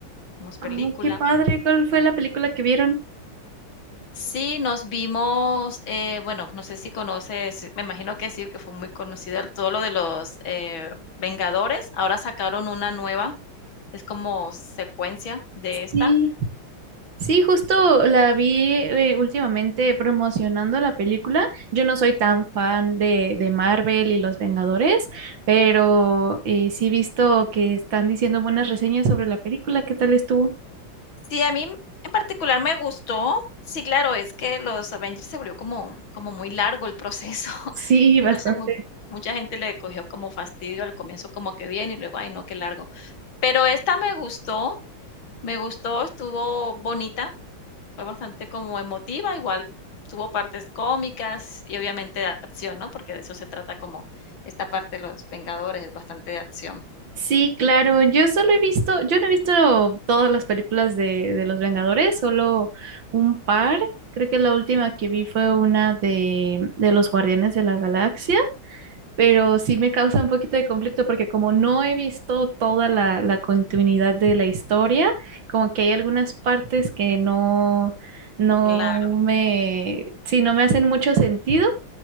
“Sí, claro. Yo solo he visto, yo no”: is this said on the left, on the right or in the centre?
Right